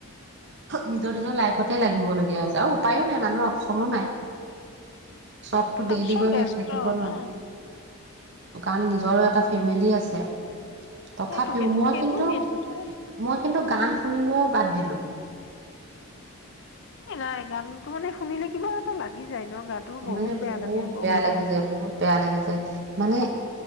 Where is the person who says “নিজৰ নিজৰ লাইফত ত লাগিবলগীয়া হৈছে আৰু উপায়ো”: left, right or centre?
Right